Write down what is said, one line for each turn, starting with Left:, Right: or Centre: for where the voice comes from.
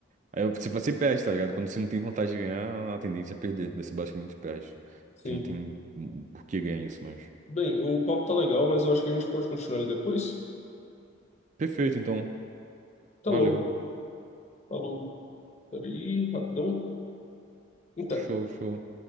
Right: Aí você, você perde, tá ligado? Quando você não tem vontade de ganhar, a tendência é perder. Daí você basicamente perde.
Left: Sim.
Right: Porque não tem hum, por que ganhar isso mais.
Left: Bem, o papo tá legal, mas eu acho que a gente pode continuar ele depois.
Right: Perfeito, então.
Left: Até
Right: Valeu.
Left: logo. Falou. Peraí, rapidão. Então.
Right: Show, show.